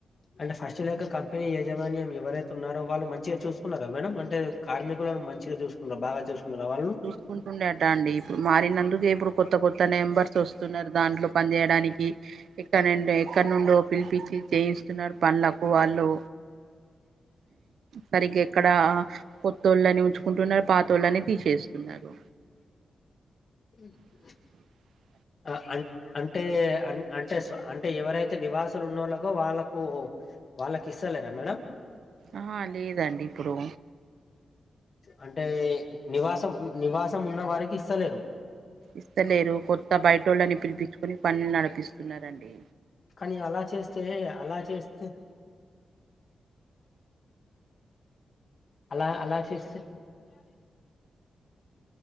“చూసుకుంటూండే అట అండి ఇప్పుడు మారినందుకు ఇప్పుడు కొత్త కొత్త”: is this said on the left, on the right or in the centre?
Right